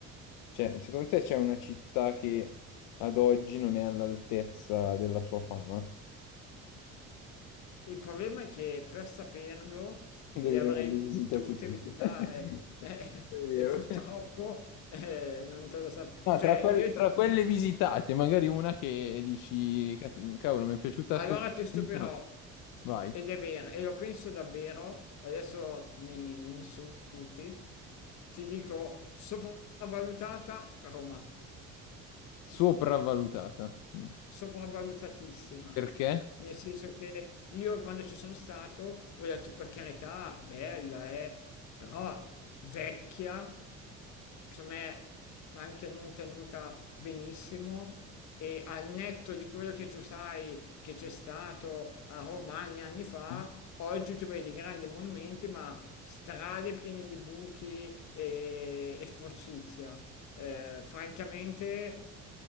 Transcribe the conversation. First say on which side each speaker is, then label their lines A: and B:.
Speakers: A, on the left (about 85°); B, on the left (about 65°).
A: Cioè, secondo te c'è una città che ad oggi non è all'altezza della sua fama? <laughs>
B: Il problema è che per saperlo
A: Devi
B: le avrei
A: averle visitate
B: dovute
A: tutte.
B: visitare
A: <laughs>
B: <laughs> eh,
A: È vero.
B: e purtroppo eh, non te lo sapevo.
A: No,
B: Cioè,
A: tra, quel-
B: io
A: <laughs> tra
B: ti...
A: quelle visitate, magari una che dici, "Cazzo, cavolo, mi è piaciuta
B: allora
A: così
B: ti stupirò.
A: tanto, ma vai,
B: Ed è vero, e lo penso davvero, adesso mi, mi insulti, ti dico sopravvalutata Roma.
A: sopravvalutata. Mm.
B: sopravvalutatissima.
A: Perché?
B: Nel senso che io quando ci sono stato ho detto per carità, bella, eh, però vecchia, secondo me anche non tenuta benissimo e al netto di quello che tu sai che c'è stato a Romagna anni fa,
A: Mm,
B: oggi tu vedi grandi monumenti ma strade piene di buchi e, e sporcizia. Eh, francamente